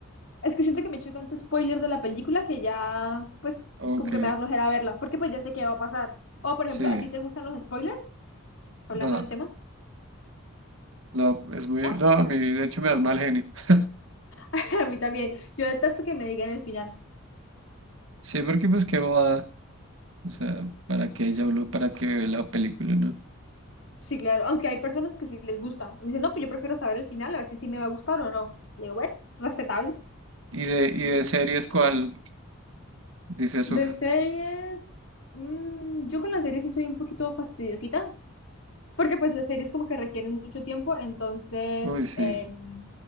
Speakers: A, on the left; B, on the right.
A: es que siento que me echo tanto spoiler de la película que ya, pues,
B: Ok,
A: como que me da flojera verla, porque pues ya sé qué va a pasar. O, por
B: sí.
A: ejemplo, ¿a ti te gustan los spoilers? Hablando
B: No,
A: del tema,
B: no, es muy...
A: ¿no?
B: No, a mí de hecho me das mal genio. <laughs>
A: <laughs> A mí también. Yo detesto que me digan el final.
B: Sí, porque pues qué bobada. O sea, ¿para qué ya uno, para qué ve la película, no?
A: Sí, claro. Aunque hay personas que sí les gusta. Dicen, no, pues yo prefiero saber el final, a ver si sí me va a gustar o no. Digo, bueno, respetable.
B: Y de, y de series, ¿cuál? Dices,
A: De
B: uff.
A: series, mm, yo con las series sí soy un poquito fastidiosita, porque pues las series como que requieren mucho tiempo, entonces
B: Uy, sí.
A: em,